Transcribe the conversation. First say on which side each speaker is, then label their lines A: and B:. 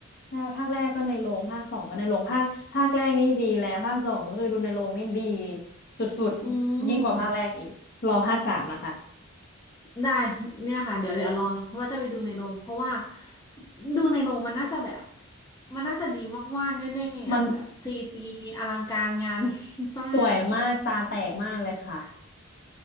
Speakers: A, on the left (about 50°); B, on the left (about 15°).
A: ใช่ภาคแรกก็ในโรงภาคสองก็ในโรงภาคภาคแรกนี่ดีแล้วภาคสองก็คือดูในโรงนี่ดีสุดๆยิ่งกว่าภาคแรกอีกรอภาคสามนะคะ
B: อืมได้เนี่ยค่ะเดี๋ยวเดี๋ยวรอว่าจะไปดูในโรงเพราะว่าดูในโรงมันน่าจะแบบมันน่าจะดีมากๆแน่ๆอ่ะแบบซีจีอลังการงาน
A: มัน
B: <laughs> สร้าง
A: สวยมากตาแตกมากเลยค่ะ